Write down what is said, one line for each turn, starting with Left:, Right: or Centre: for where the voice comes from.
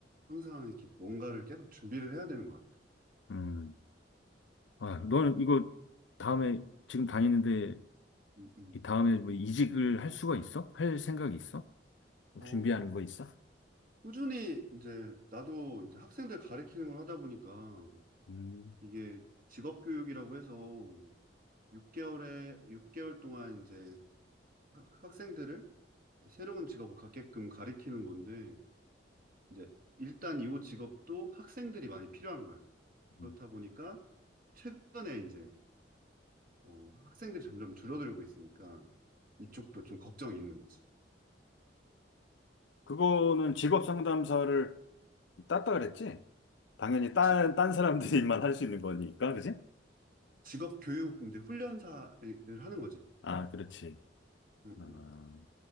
Right: 항상 이렇게 뭔가를 계속 준비를 해야 되는 것 같아요.
Left: 음. 아, 너는 이거 다음에 지금 다니는데
Right: 음, 음.
Left: 이 다음에 뭐 이직을 할 수가 있어? 할 생각이 있어? 뭐
Right: 어,
Left: 준비하는 거 있어?
Right: 꾸준히 이제 나도 이제 학생들 가르치는 걸 하다 보니까
Left: 음,
Right: 이게 직업교육이라고 해서 6개월에 6개월 동안 이제 학- 학생들을 새로운 직업을 갖게끔 가르치는 건데 이제 일단 이 직업도 학생들이 많이 필요한 거야. 그렇다
Left: 음.
Right: 보니까 최근에 이제 어, 학생들이 점점 줄어들고 있으니까 이쪽도 좀 걱정이 있는 거지.
Left: 그거는 직업
Right: 그-
Left: 상담사를 땄다 그랬지? 당연히 딴,
Right: 지-
Left: 딴 사람들만 <laughs> 할 수 있는 거니까, 그지?
Right: 직업 교육 이제 훈련사를 하는 거지.
Left: 아, 그렇지.
Right: 응,
Left: 아,
Right: 응.